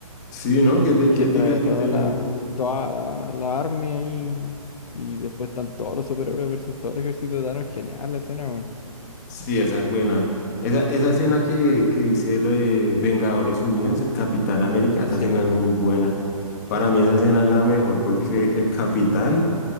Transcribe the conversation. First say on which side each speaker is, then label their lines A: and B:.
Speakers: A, on the left; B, on the left.
A: Sí, ¿no? ¿Qué
B: Y
A: te-
B: se
A: ¿Quién
B: trae
A: diría
B: a
A: que
B: toda
A: termina?
B: la, toda la, la army ahí. Y después están todos los superhéroes versus todo el ejército de Thanos. Genial la escena, weón.
A: Sí, esa es buena. Esa, esa escena que, que dice lo de Vengadores Unidos, el Capitán América, esa
B: Sí.
A: escena es muy buena.
B: Clásico.
A: Para mí esa escena es la mejor porque el Capitán